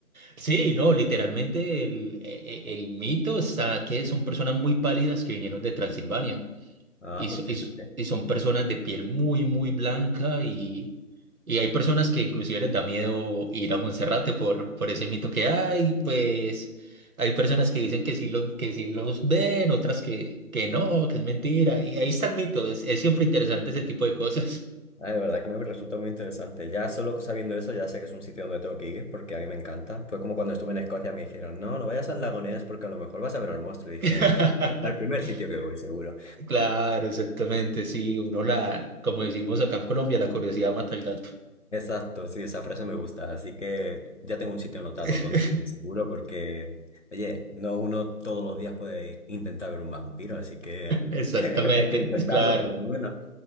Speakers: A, on the right; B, on the left.
A: Sí, no, literalmente el, e- e- el mito está que son personas muy pálidas que vinieron de Transilvania.
B: Ah,
A: Y,
B: pues
A: so-
B: fíjate.
A: y s- y son personas de piel muy, muy blanca y, y hay personas que inclusive les da miedo ir a Monserrate por, por ese mito que hay, pues hay personas que dicen que sí, los, que sí los ven, otras que, que no, que es mentira, y ahí está el mito, es, es siempre interesante ese tipo de cosas.
B: Ah, de verdad que me resulta muy interesante. Ya solo sabiendo eso, ya sé que es un sitio donde tengo que ir, porque a mí me encanta. Fue como cuando estuve en Escocia, me dijeron, no, no vayas al lago Ness porque a lo mejor vas a ver al monstruo. Y dije,
A: <laughs>
B: al primer sitio que voy, seguro.
A: Claro, exactamente, sí, uno la, como decimos acá en Colombia, la curiosidad mata al gato.
B: Exacto, sí, esa frase me gusta. Así que ya tengo un sitio anotado
A: <laughs>
B: donde comer seguro porque, oye, no uno todos los días puede intentar ver un vampiro, así que
A: Exactamente,
B: <laughs> hay que intentarlo
A: es claro.
B: por lo menos.